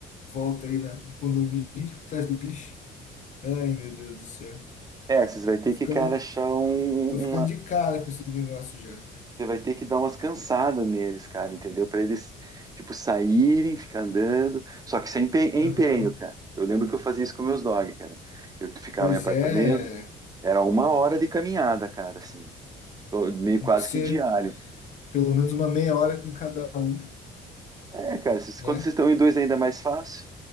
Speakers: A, on the left; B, on the right.
A: volta aí na, no condomínio, atrás do bicho. Ai, meu Deus do céu.
B: É, vocês vai ter
A: Tô ficando,
B: que, cara, achar um,
A: tô ficando
B: uma,
A: de cara com esse negócio já.
B: você vai ter que dar umas cansadas neles, cara, entendeu? Para eles, tipo, saírem, ficar andando, só que sem empen- é
A: Aham.
B: empenho, cara. Eu lembro que eu fazia isso com meus dog, cara que eu ficava
A: Pois
B: em apartamento,
A: é.
B: Era uma hora de caminhada, cara, assim. Tô Meio
A: Tem
B: quase
A: que ser
B: que diário.
A: pelo menos uma meia hora com cada um,
B: É, cara, vocês-
A: né?
B: quando vocês estão em dois é ainda é mais fácil.